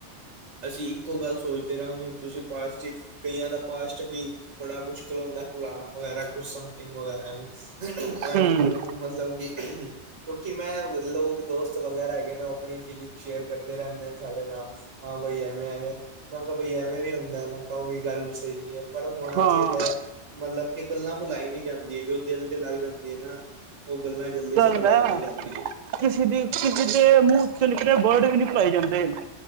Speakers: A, on the right (about 80°); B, on the right (about 55°).
A: ਅਸੀਂ ਇੱਕੋ ਗੱਲ ਸੋਚਦੇ ਰਹਾਂਗੇ ਹੁਣ ਤੁਸੀਂ ਪਸਟਿਕ ਕਈਆਂ ਦਾ ਪਾਸਟ ਵੀ ਬੜਾ ਮੁਸ਼ਕਿਲ ਹੁੰਦਾ। ਫਲਾਣਾ ਵਗੈਰਾ ਕੁਛ ਸਮਥਿੰਗ ਵਗੈਰਾ ਵੀ ਐਵੇਂ
B: ਹਮ
A: ਤੁਹਾਨੂੰ ਮਤਲਬ ਕਿ ਕਿਉਂਕਿ ਮੈਂ ਲੋਕ ਦੋਸਤ ਵਗੈਰਾ ਹੈਗੇ ਨੇ ਉਹ ਆਪਣੀ ਫੀਲਿੰਗ ਸ਼ੇਅਰ ਕਰਦੇ ਰਹਿੰਦੇ ਨੇ ਸਾਡੇ ਨਾਲ ਹਾਂ ਬਈ ਐਵੇਂ -ਐਵੇਂ। ਮੈਂ ਕਿਹਾ- ਬਈ ਐਵੇਂ ਵੀ ਹੁੰਦਾ। ਮੈਂ ਕਿਹਾ, ਉਹ ਵੀ ਗੱਲ ਸਹੀ ਹੈ। ਪਰ ਹੋਣਾ
B: ਹਾਂ
A: ਚਾਹੀਦਾ ਹੈ। ਮਤਲਬ ਕਿ ਗੱਲਾਂ ਭੁਲਾਈ ਨਹੀਂ ਜਾਂਦੀ ਹੈ ਜੋ ਦਿਲ ਤੇ ਲੱਗ ਜਾਂਦੀ ਹੈ ਨਾ। ਉਹ ਗੱਲਾਂ ਜਲਦੀ ਭੁਲਾਈ
B: ਦਾ।
A: ਨਹੀਂ ਜਾਂਦੀ ਹੈ
B: ਕਿਸੇ ਦੀ ਕਿਸੇ ਦੇ ਮੂੰਹ ਚ ਨਿਕਲੇ ਵਰਡ ਵੀ ਨੀ ਭੁਲਾਏ ਜਾਂਦੇ।